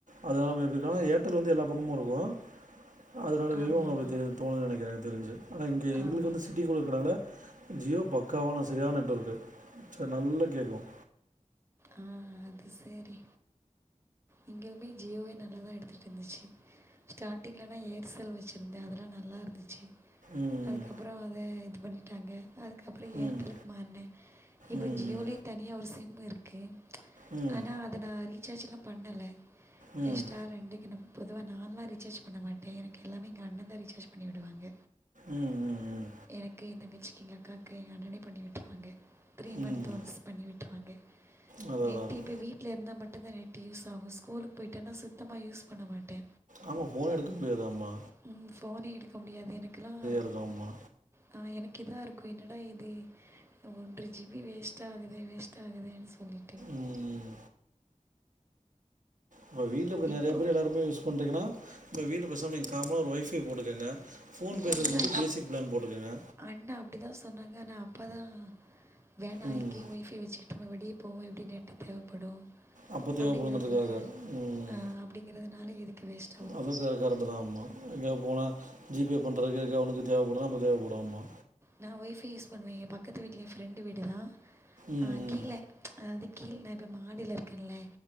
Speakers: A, on the right; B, on the right.
A: அதனா மேபீ தா ஏர்ட்டெல் வந்து எல்லா பக்கமு இருக்கூ அதனால வெர்யு
B: ஆமாம்
A: அப்டி
B: ஆமாம்
A: தெரி தோணுது நெனக்கிற எனக் தெரிஞ்சு ஆனா இங்க எங்களுக்கு
B: ஆமாம்
A: வந்து சிட்டிக்குள்ள இருக்கிறனால ஜியோ பக்காவான செரியான நெட்வொர்க்கு சரி நல்லா கேக்கும்
B: ஆ அது செரி இங்யுமே ஜியோவே நல்லாதா எடுத்துட்ருந்துச்சு ஸ்டார்டிங்ல நா ஏர்செல் வச்சிருந்தே அதெல்லா நல்லா இருந்துச்சி
A: ம்
B: அதுக்கப்புற அத இது பண்ணிட்டாங்க அதுக்கப்புற ஏர்டெல்லுக்கு
A: ம்
B: மார்னே இப்போ
A: ம்
B: ஜியோலியு தனியாக ஒரு சிம் இருக்கு
A: ம் ம்
B: ஆனா அத நா ரீசார்ஜ்ல்லா பண்ணல
A: ம்
B: எஸ்ட்டா ரெண்டுக்கிணம் பொதுவா நான்லா ரீசார்ஜ் பண்ண மாட்டே எனக்கு எல்லாமே எங்க அண்ணந்தா ரீசார்ஜ் பண்ணிவிடுவாங்க
A: ம் ம்
B: எனக்கு எந்தங்கச்சிக்கு எங்க அக்காக்கு எங்க அண்ணனே பண்ணி விட்ருவாங்க த்ரீ மந்த்
A: ம்
B: ஒன்ஸ் பண்ணி விட்ருவாங்க
A: அதான்
B: நெட்
A: அதான் அதான்
B: இப்ப வீட்ல இருந்தா மட்டுந்தா நெட் யூஸ் ஆகு ஸ்கூலுக் போய்ட்டேன்னா சுத்தமா யூஸ் பண்ண மாட்டே
A: ஆமா ஃபோன எடுக்க முடியாதாமா
B: ம் ஃபோனே எடுக்க முடியாது எனக்கெல்லா
A: இருக்கும் அம்மா
B: ஆ எனக் இதா இருக்கு என்னடா இது ஒன்ற ஜீப் பி வேஸ்ட்டாகுதே வேஸ்ட்டாகுதேன் சொல்லிட்டு
A: ம் இப்ப வீட்ல கொஞ்ச
B: இப்போ
A: நெறய பேர் எல்லாருமே யூஸ் பண்றீங்கனா இப்ப வீட்டுக் பெசாம நீ காம்னா ஒரு ஒய்ஃபை போட்டுக்கங்க ஃபோன் பேசற்து
B: அப்படி தான்
A: மட்டு
B: எங்கள்
A: பேசிக் பிளான் போட்டுக்கங்க
B: அண்ணா அப்டி தா சொன்னாங்க ஆனா அப்பா தா வேனா
A: ம்
B: இங்கயே ஒய்ஃபை வச்சுகிட்டு நம்ம வெளிய போவோ எப்டியு நெட் தேவப்படு
A: அப்போ தேவைப்படுங்கிறதுக்காக
B: அப்டிங்கறதுனால
A: ம்
B: அ அப்டிங்கறதுனால எதுக்கு வேஸ்ட்
A: அது சரி கரெட்டுதா ஆமா எங்கயாவ் போனா ஜி பே பண்றதுக்கு எதுக்னா ஒண்ணுக்கு தேவப்படு அப்ப தேவப்படு ஆமா
B: நா ஒய்ஃபை யூஸ் பண்ணுவே எ பக்கத்து வீட்ல என் ஃப்ரெண்டு வீட்டு தா
A: ம்
B: அ கீழ அதாவது கீழ் நாங்க மாடில இருக்கன்ல